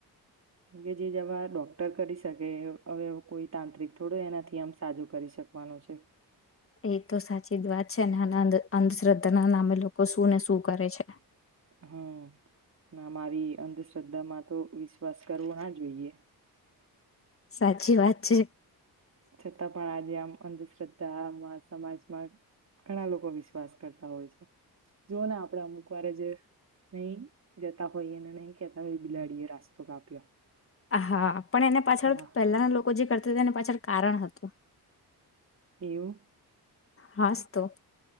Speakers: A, on the right (about 40°); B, on the left (about 35°).
A: કેમ કે જે જવા ડોક્ટર કરી શકે હવે કોઈ તાંત્રિક થોડો એનાથી આમ સાજો કરી શકવાનો છે.
B: એ તો સાચી જ વાત છે. અને આ અંધશ્રદ્ધાના નામે લોકો શુંને શું કરે છે.
A: હમ્મ ના મારી અંધશ્રદ્ધા માં તો વી બસ કરવું ના જોઈએ.
B: સાચી વાત છે
A: છતાં પણ આજે જેમ અંધ શ્રદ્ધા મા સમમાજમાં ઘણા લોકો વિશ્વાસ કરતા હોય છે જોઓ ને આપણે અમુક વાર જ નહી જતા હોઈ અને નહી કેહેતા હોય બિલાડીએ રાસ્તો કાપ્યો
B: હા પણ એને પાછળ
A: હા
B: પહેલાના લોકો જે કરતા તેને પાછળ કારણ હતું
A: એવું
B: હાસ તો